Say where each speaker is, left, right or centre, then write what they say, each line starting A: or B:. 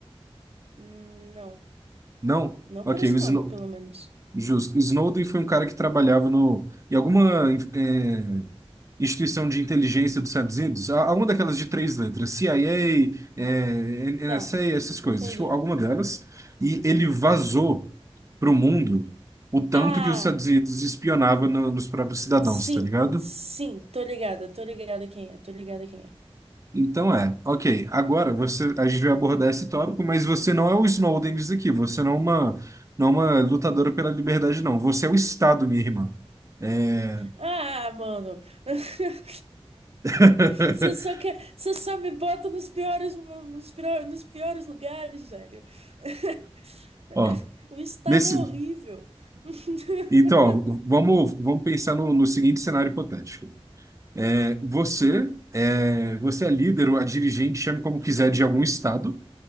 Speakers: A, on the right; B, on the right.
A: Hum, não,
B: Não?
A: não
B: Ok,
A: por esse
B: o Snow-
A: nome, pelo menos.
B: Justo. Snowden foi um cara que trabalhava no, em alguma eh, instituição de inteligência dos Estados Unidos, a- alguma daquelas de três letras, CIA, eh, N- NSA,
A: Tá,
B: essas coisas,
A: entendi.
B: tipo, alguma delas, e ele vazou para o mundo o tanto
A: Ah,
B: que os Estados Unidos espionava no- nos próprios cidadãos,
A: sim,
B: tá ligado?
A: sim, tô ligada, tô ligada quem é, tô ligada quem é.
B: Então é, ok, agora você, a gente vai abordar esse tópico, mas você não é o Snowden disso aqui, você não é uma, não é uma lutadora pela liberdade, não, você é o Estado, minha irmã. É,
A: Ah, mano. <laughs>
B: <laughs>
A: Você só quer, você só me bota nos piores, nos piores, nos piores lugares, velho. <laughs>
B: Ó,
A: O estado
B: nesse,
A: é horrível. <laughs>
B: então, ó, vamos, vamos pensar no, no seguinte cenário hipotético. É, você é, você é líder ou a dirigente, chame como quiser, de algum estado.